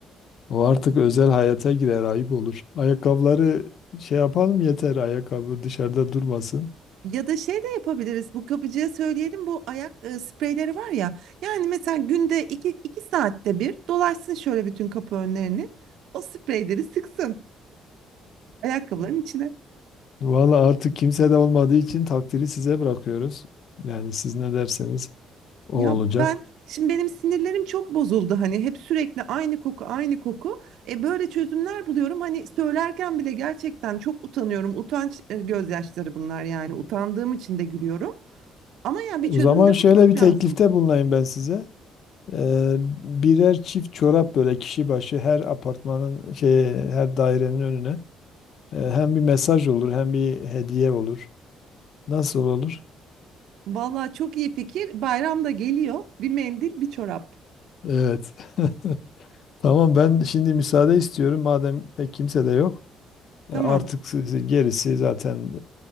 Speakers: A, on the left (about 55°); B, on the right (about 80°).
A: O artık özel hayata girer ayıp olur. Ayakkabıları şey yapalım yeter ayakkabı dışarıda durmasın.
B: Ya da şey de yapabiliriz. Bu kapıcıya söyleyelim bu ayak e, spreyleri var ya. Yani mesela günde iki, iki saatte bir dolaşsın şöyle bütün kapı önlerini. O spreyleri sıksın ayakkabıların içine.
A: Valla artık kimse de olmadığı için takdiri size bırakıyoruz. Yani siz ne derseniz o
B: Ya
A: olacak.
B: ben şimdi benim sinirlerim çok bozuldu hani hep sürekli aynı koku aynı koku. E böyle çözümler buluyorum hani söylerken bile gerçekten çok utanıyorum. Utanç e, gözyaşları bunlar yani utandığım için de gülüyorum. Ama ya bir
A: O
B: çözüm
A: zaman
B: de
A: şöyle
B: bulmak
A: bir
B: lazım.
A: teklifte bulunayım ben size. Ee, birer çift çorap böyle kişi başı her apartmanın şey her dairenin önüne. Ee, hem bir mesaj olur hem bir hediye olur. Nasıl olur?
B: Vallahi çok iyi fikir. Bayram da geliyor. Bir mendil, bir çorap.
A: Evet. <laughs> Tamam ben şimdi müsaade istiyorum. Madem pek kimse de yok.
B: Tamam.
A: E, Artık siz- gerisi zaten